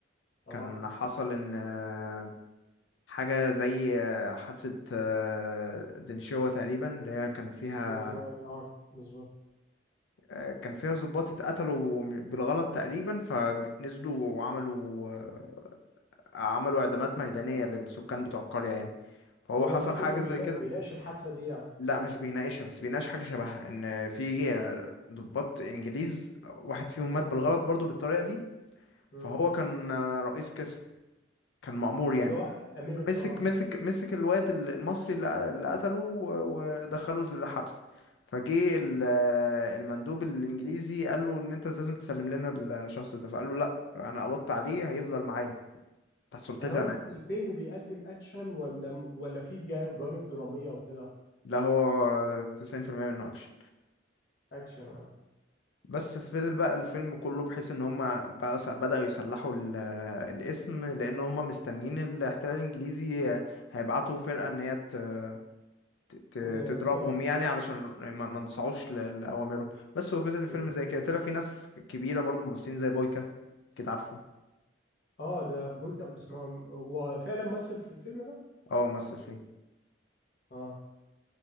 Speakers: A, on the left; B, on the left.
A: اه
B: كان حصل ان آه، حاجة زي آه، حادثة آه، دنشوة تقريبا اللي هي كان فيها
A: من شوية اه بالظبط
B: آه، كان فيها ضباط اتقتلوا بالغلط تقريبا فنزلوا وعملوا آه، عملوا اعدامات ميدانية للسكان بتوع القرية يعني فهو
A: هو
B: حصل
A: الفيلم
B: حاجة
A: بينا-
B: زي كده
A: بيناقش الحادثة دي يعني
B: لا مش بيناقشها بس بيناقش حاجة شبهها ان في ضباط انجليز واحد فيهم مات بالغلط برضو بالطريقة دي
A: مم.
B: فهو كان رئيس قسم كان مأمور يعني
A: اللي هو امير القرار
B: مسك مسك مسك الواد المصري اللي اللي قتله و- ودخله الحبس فجه ال- المندوب الانجليزي قال له ان انت لازم تسلم لنا الشخص ده فقال له لا انا قبضت عليه هيفضل معايا تحت سلطتي
A: يعني هو الف-
B: انا
A: الفيلم
B: يعني.
A: بيقدم اكشن ولا ولا فيه جا- جوانب دراميه وكده
B: لا هو 90% منه اكشن
A: اكشن اه
B: بس فضل بقى الفيلم كله بحيث ان هما بقى س- بدأوا يصلحوا ال- الاسم لان هما مستنيين الاحتلال الانجليزي هيبعتوا فرقة ان هي ت- ت-
A: هت- هتاخد
B: تضربهم
A: ال
B: يعني علشان ما ما نسعوش ل- لأوامرهم بس هو فضل الفيلم
A: م.
B: زي كده طلع في ناس كبيرة برضو ممثلين زي بويكا كده عارفه
A: اه ده بويكا بس ما- هو فعلا مثل في الفيلم ده
B: اه مثل فيه
A: اه